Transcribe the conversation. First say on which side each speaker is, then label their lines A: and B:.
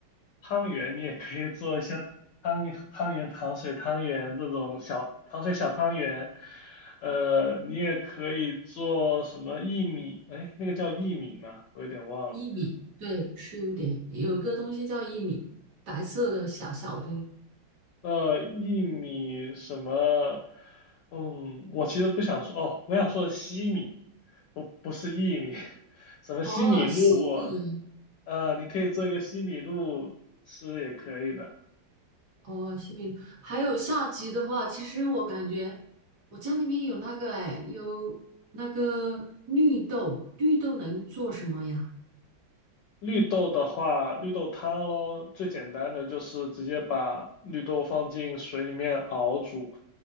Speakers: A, on the left (about 70°); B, on the right (about 55°).
A: 汤圆，你也可以做一些汤汤圆、糖水、汤圆这种小糖水小汤圆。呃，你也可以做什么薏米？哎，那个叫薏米吗？我有点忘了。
B: 薏米，对，是有点，有个东西叫薏米，白色的小小的。
A: 呃，薏米什么？嗯，我其实不想说哦，我想说的西米，不不是薏米，<laughs> 什么西米露？
B: 哦，西米，
A: 呃，你可以做一个西米露吃也可以的。
B: 哦，西米，还有下集的话，其实我感觉我家里面有那个，哎，有那个绿豆，绿豆能做什么呀？
A: 绿豆的话，绿豆汤咯，最简单的就是直接把绿豆放进水里面熬煮。